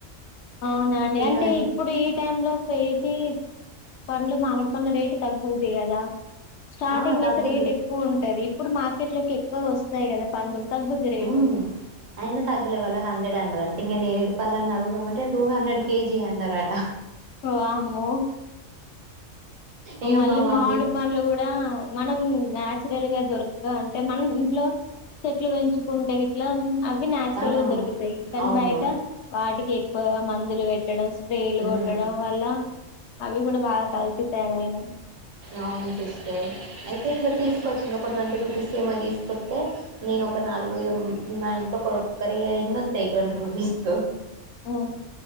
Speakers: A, on the left; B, on the right.
A: అవునాండి అంటే
B: అవి
A: ఇప్పుడు ఈ టైమ్ లో కేజీ పండ్లు మామిడి పండ్లు రేటు తగ్కువవుంది కదా స్టార్టింగ్
B: ఆ తగ్గుద్ది
A: అయితే రేట్ ఎక్కువ ఉంటది ఇప్పుడు మార్కెట్ లోకి ఎక్కువ వస్తయి కద పండ్లు తగ్గుద్ది రేటు
B: హ్మ్ అయిన తగ్లే వాళ్ళు హండ్రెడ్ హండ్ర అండి ఇంగ నేరేడి పండల్ని అడుగుమంటే టూ హండ్రెడ్ కేజీ అన్నారట
A: వామ్మో
B: ఇగ
A: మళ్ళీ
B: మా మమ్మీ
A: మామిడి పండ్లు కూడా మనం నాచురల్ గా దొరక అంటే మనం ఇంట్లో చెట్లు పెంచుకుంటే గిట్ల అవి నాచురల్
B: ఆ
A: గా దొరుకుతాయి కానీ
B: అవును
A: బయట వాటికి ఎక్కువగ మందులు పెట్టడం రైళ్లు
B: ఉమ్
A: కొట్టడం వల్ల అవి కూడ బా కల్తీ తయారయినాయి
B: అవును సిస్టర్ అయితే ఇగ తీసుకొచ్చింది ఒక ట్వంటీ రూపీస్ ఏమో తీసుకొత్తే నేను ఒక నాలుగు ఏం మా ఇంట్లో కుక్కర్ ఎన్నొతయి ట్వంటీ రూపీస్ కు
A: హ్మ్